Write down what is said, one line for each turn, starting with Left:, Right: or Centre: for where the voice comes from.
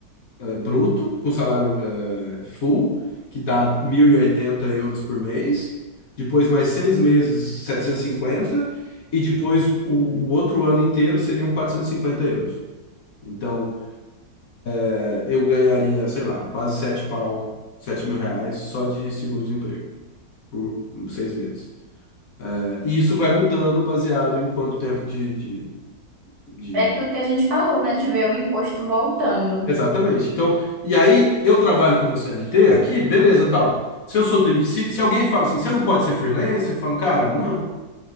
Left: eh, bruto, com o salário eh, full, que dá 1.080 euros por mês, depois mais seis meses, setecentos e cinquenta e depois o, o outro ano inteiro seriam 450 euros. Então, eh, eu ganharia, sei lá, quase sete pau, sete mil reais só de seguro-desemprego. Por seis meses. Eh, E isso vai mudando baseado em quanto tempo de, de, de
Right: É aquilo que a gente falou, né? De ver o imposto voltando.
Left: Exatamente. Então, e aí eu trabalho como CLT aqui, beleza, tal. Se eu sou demitido, se, se alguém fala assim, você não pode ser freelancer, eu falo, cara, não.